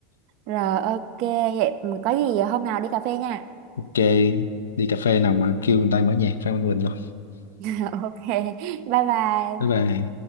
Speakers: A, on the right; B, on the left.
A: rồi ok vậy ừ, có gì ờ, hôm nào đi cà phê nha
B: ok đi cà phê nào mà kêu người ta mở nhạc Phan Quỳnh luôn
A: <laughs> ok bye bye
B: bye bye